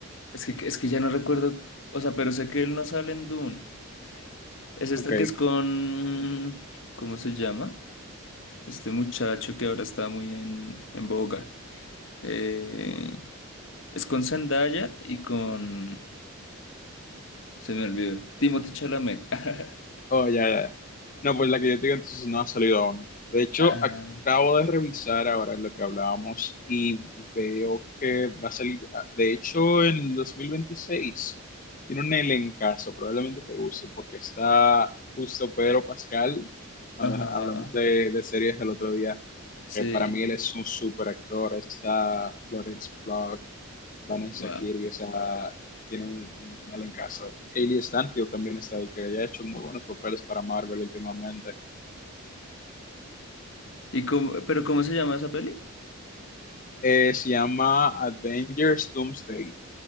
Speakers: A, on the left; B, on the left.
A: es que, es que ya no recuerdo, o sea, pero sé que él no sale en Dune. Es esta
B: Ok.
A: que es con... ¿Cómo se llama? Este muchacho que ahora está muy en, en boga. Eh, es con Zendaya y con... Se me olvidó. Timothy Chalamet. <laughs>
B: Oh, ya, ya, ya. No, pues la que yo te digo entonces no ha salido aún. De hecho,
A: Ah,
B: acabo de revisar ahora lo que hablábamos y veo que va a salir, ah, de hecho, en el dos mil veintiséis Tiene un elencazo, probablemente te guste, porque está justo Pedro Pascal, cuando
A: ajá.
B: hablamos de, de series el otro día,
A: Sí.
B: que para mí él es un súper actor. Está Florence Pugh, Vanessa
A: Wow.
B: Kirby, o sea, tiene un, un elencazo. Hayley Stanfield también está ahí, que ella ha hecho muy buenos papeles para Marvel últimamente.
A: ¿Y cómo- ¿Pero cómo se llama esa peli?
B: Eh, se llama Avengers Doomsday.